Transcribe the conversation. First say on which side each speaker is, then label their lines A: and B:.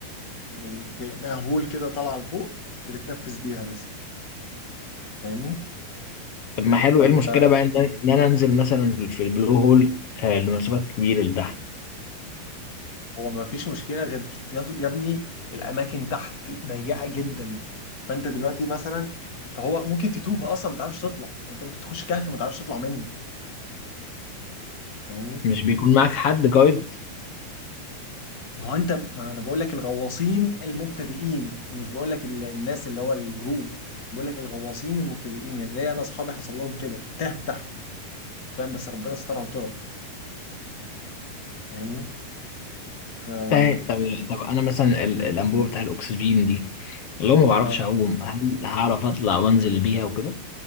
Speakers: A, on the left; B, on the left.
A: يعني كأنها هول كده طالعة لفوق بتتنفس بيها بس فاهمني
B: طب ما حلو
A: فانت
B: ايه المشكله بقى ان ان انا انزل مثلا في البلو هول آه، لمسافات كبيره لتحت
A: هو ما فيش مشكلة غير يا يا ابني الأماكن تحت ضيقة جدا فأنت دلوقتي مثلا فهو ممكن تتوه أصلا ما تعرفش تطلع يعني أنت ممكن تخش كهف ما تعرفش تطلع منه فاهمني؟
B: مش بيكون معاك حد جايد
A: ما هو أنت ما أنا بقول لك الغواصين المبتدئين أنا مش بقول لك ال- الناس اللي هو الجروب بقول لك الغواصين المبتدئين يعني ليا أنا أصحابي حصل لهم كده تاهوا تحت فاهم بس ربنا سترها وطلعوا فاهمني؟ ف آه
B: طب طب انا مثلا ال- الانبوبه بتاع الاكسجين دي لو ما بعرفش
A: اه
B: اعوم هل هعرف اطلع وانزل بيها وكده